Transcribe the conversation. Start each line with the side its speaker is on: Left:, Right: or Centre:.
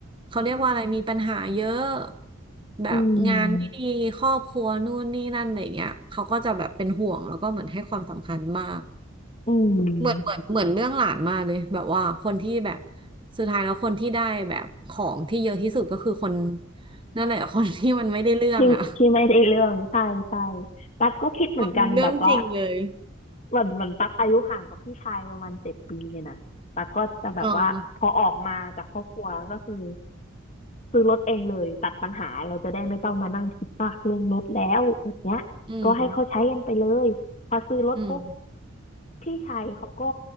Right: เขาเรียกว่าอะไรมีปัญหาเยอะแบบงานไม่ดีครอบครัวนู่นนี่นั่นอะไรอย่างเงี้ยเขาก็จะแบบเป็นห่วงแล้วก็เหมือนให้ความสำคัญมาก
Left: อืมอืม
Right: เหมือนเหมือนเหมือนเรื่องหลานมาเลยแบบว่าคนที่แบบสุดท้ายแล้วคนที่ได้แบบของที่เยอะที่สุดก็คือคนนั่นแหละ <laughs> คนที่มันไม่ได้เรื่องอ่ะ
Left: ที่ที่ไม่ได้เรื่องใช่ใช่ตั๊กก็คิดเหมือนกันแบบว่า
Right: <laughs> ว่ามันเรื่องจริงเลย
Left: เหมือนเหมือนตั๊กอายุห่างกับพี่ชายประมาณเจ็ดปีเนี่ยนะตั๊กก็จะแบบว่าพอออกมาจากครอบครัวก็คือ
Right: อ๋อ
Left: ซื้อรถเองเลยตัดปัญหาเราจะได้ไม่ต้องมานั่งคิดมากเรื่องรถแล้วแบบเนี้ยก็ให้เขาใช้กันไปเลยพอซื้อรถปุ๊บ
Right: อืมอืม
Left: พี่ชายเขาก็